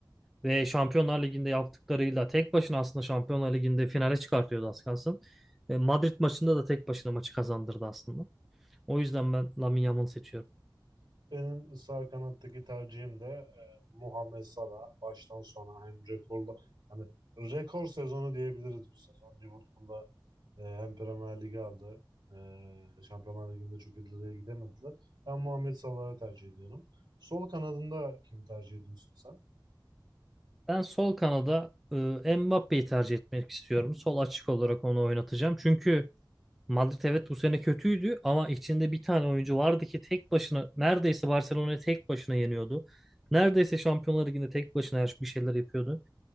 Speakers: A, in the centre; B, on the right.
A: Ve Şampiyonlar Ligi'nde yaptıklarıyla tek başına aslında Şampiyonlar Ligi'nde finale çıkartıyordu az kalsın. E, Madrid maçında da tek başına maçı kazandırdı aslında. O yüzden ben Lamine Yamal'ı seçiyorum.
B: Benim sağ kanattaki tercihim de e, Muhammed Salah baştan sona hem rekorla hani rekor sezonu diyebiliriz bu sezon. Liverpool'da e, hem Premier Lig'i aldı. E, Şampiyonlar Ligi'nde çok ileriye gidemediler. Ben Muhammed Salah'ı tercih ediyorum. Sol kanadında kim tercih ediyorsun sen?
A: Ben sol kanada e, Mbappé'yi tercih etmek istiyorum. Sol açık olarak onu oynatacağım. Çünkü Madrid evet bu sene kötüydü ama içinde bir tane oyuncu vardı ki tek başına neredeyse Barcelona'yı tek başına yeniyordu. Neredeyse Şampiyonlar Ligi'nde tek başına her bir şeyler yapıyordu.